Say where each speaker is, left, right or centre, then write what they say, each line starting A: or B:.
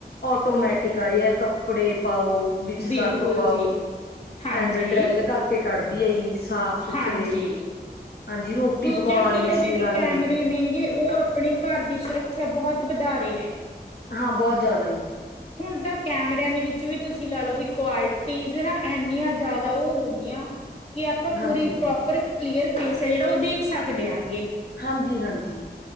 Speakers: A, on the left; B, on the left.
A: ਆਟੋਮੈਟਿਕ ਆਈ ਐ ਕੱਪੜੇ ਪਾਓ। ਵਿੱਚ
B: ਬਿਲਕੁਲ
A: ਸਰਫ ਪਾਓ
B: ਜੀ ਹਾਂਜੀ
A: ਐਂਡ ਡਰੈਲ ਕਰਕੇ ਕੱਢਦੀ ਹੈ ਜੀ ਸਾਫ ਸੁਥਰੇ
B: ਹਾਂਜੀ
A: ਹਾਂਜੀ ਰੋਟੀ
B: ਦੂਜਾ
A: ਪਕਾਉਣ ਵਾਲੀ
B: ਕੀ
A: ਮਸ਼ੀਨ
B: ਹੈ ਜਿਹੜੇ ਕੈਮਰੇ
A: ਆ ਗਈ ਜੀ।
B: ਨੇ ਗੇ ਉਹ ਆਪਣੇ ਘਰ ਦੀ ਸੁਰੱਖਿਆ ਬਹੁਤ ਵਧਾ ਰਹੇ ਨੇ।
A: ਹਾਂ ਬਹੁਤ ਜਿਆਦਾ ਈ।
B: ਹੁਣ ਤਾਂ ਕੈਮਰਿਆ ਦੇ ਵਿੱਚ ਵੀ ਤੁਸੀਂ ਲਾ ਲਓ ਵੀ ਕੁਆਲਿਟੀਜ ਨਾ ਇੰਨੀਆਂ ਜਿਆਦਾ ਉਹ ਹੋ ਗਈਆਂ। ਕਿ ਆਪਾਂ ਪੂਰੀ
A: ਹਾਂਜੀ
B: ਪ੍ਰੋਪਰ ਕਲੀਅਰ ਫੇਸ ਹੈ ਜਿਹੜਾ ਉਹ ਦੇਖ ਸਕਦੇ ਆਂਗੇ।
A: ਹਾਂਜੀ-ਹਾਂਜੀ